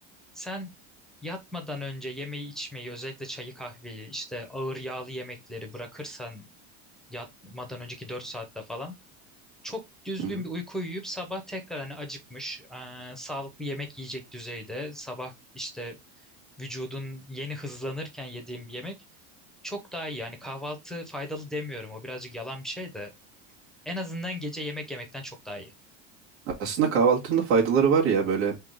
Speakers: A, in the centre; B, on the right (about 80°).
A: Sen yatmadan önce yemeği içmeyi, özellikle çayı kahveyi, işte ağır yağlı yemekleri bırakırsan yatmadan önceki 4 saatte falan çok düzgün
B: Hı hı.
A: bir uyku uyuyup sabah tekrar hani acıkmış, eee, sağlıklı yemek yiyecek düzeyde sabah işte vücudun yeni hızlanırken yediğin bir yemek çok daha iyi. Yani kahvaltı faydalı demiyorum. O birazcık yalan bir şey de en azından gece yemek yemekten çok daha iyi.
B: Aslında kahvaltının da faydaları var ya böyle.